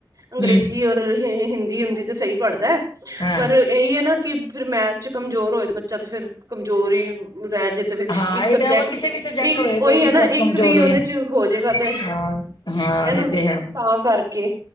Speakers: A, on the right; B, on the left.
A: ਅੰਗਰੇਜ਼ੀ
B: ਹਮ
A: ਅ- <unintelligible> ਹਿੰਦੀ-ਹੁੰਦੀ ਤੇ ਸਹੀ ਪੜ੍ਹਦਾ,
B: ਹਾਂ
A: ਪਰ ਇਹੀ ਹੈ ਨਾ ਕਿ ਫਿਰ ਮੈਥ 'ਚ ਕਮਜ਼ੋਰ ਹੋਏ ਬੱਚਾ ਤੇ ਫੇਰ ਕਮਜ਼ੋਰ ਹੀ ਕੋਈ ਰਹਿ ਜੇ ਤਾਂ ਫਿਰ
B: ਹਾਂ
A: ਇੱਕ
B: ਇਹ
A: ਸਬਜੈਕਟ,
B: ਤਾਂ ਕਿਸੇ ਵੀ ਸਬਜੈਕਟ
A: ਇੱਕ
B: ਹੋਏ
A: ਉਹੀ
B: ਕੋਈ ਵੀ
A: ਹੈ
B: ਸਬਜੈਕਟ
A: ਨਾ
B: ਕਮਜ਼ੋਰ
A: ਇੱਕ ਵੀ ਉਹਦੇ
B: ਹੋਏ
A: ਚਲ ਹੋ ਜਾਏਗਾ ਤੇ,
B: ਹਾਂ ਹਾਂ
A: ਹੈਨਾ
B: ਇਹ ਤੇ ਹੈ
A: ਹਾਂ ਕਰਕੇ,